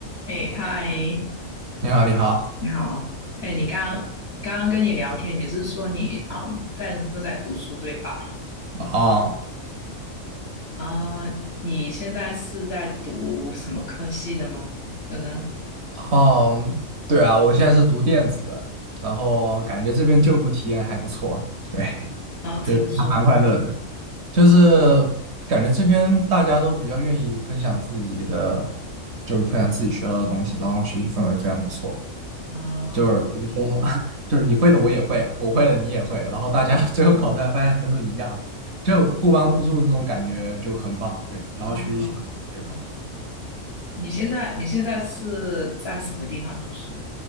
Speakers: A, on the left; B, on the right.
A: 哎，嗨，
B: 你好，你好，
A: 你好。哎，你刚刚刚刚跟你聊天，你是说你嗯在都在读书对吧？
B: 啊，
A: 啊、你现在是在读什么科系的吗？可能
B: 哦，对啊，我现在是读电子的，然后感觉这边就读体验还不错，对，<laughs>
A: 啊，
B: 就是还蛮快乐的，
A: 怎么说？
B: 就是感觉这边大家都比较愿意分享自己的，就是分享自己学到的东西，然后学习氛围非常不错，
A: 啊、
B: 就是比如说，<laughs> 就是你会的我也会啊，我会的你也会，然后大家 <laughs> 最后考出来发现分都一样，就互帮互助这种感觉就很棒，对，然后学习效率特别高。
A: 啊、你现在你现在是在什么地方读书？